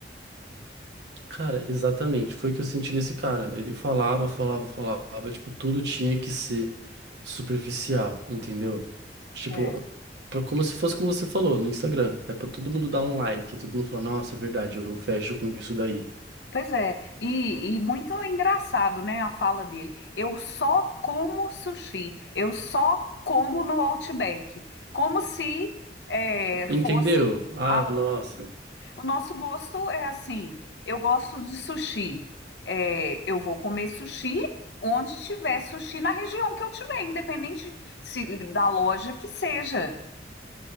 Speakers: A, on the right; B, on the left.
A: Cara, exatamente. Foi o que eu senti nesse cara. Ele falava, falava, falava. Tipo, tudo tinha que ser superficial, entendeu? Tipo,
B: É.
A: pra, como se fosse como você falou no Instagram. É pra todo mundo dar um like. Todo mundo falar, nossa, é verdade, eu fecho com isso daí.
B: Pois é, e, e muito engraçado, né, a fala dele. Eu só como sushi, eu só como no Outback. Como se é, fosse.
A: Entendeu? Ah,
B: a-
A: nossa.
B: O nosso gosto é assim: eu gosto de sushi, é, eu vou comer sushi onde tiver sushi na região que eu tiver, independente se, da loja que seja,